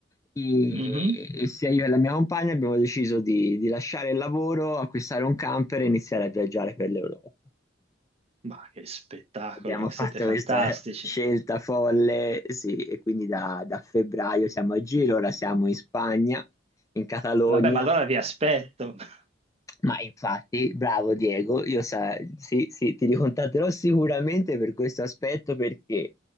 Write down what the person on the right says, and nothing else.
Mhm.
Ma che spettacolo,
siete fantastici.
Vabbè, ma allora vi aspetto.
<laughs>